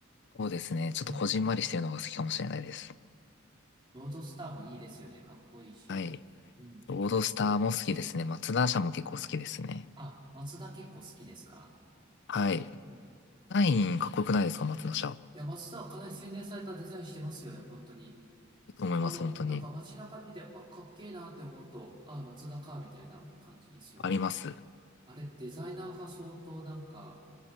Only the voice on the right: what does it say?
うん。ロードスターもいいですよね。かっこいいし。
うん。
あ、松田結構好きですか
うん。い
や、松田はかなり洗練されたデザインしてますよね、本当に。
あの、
なんか街中で見て、あ、かっけえなって思うと、あ、松田か、みたいな感じですよね。
あれ、デザイナーが相当なんか、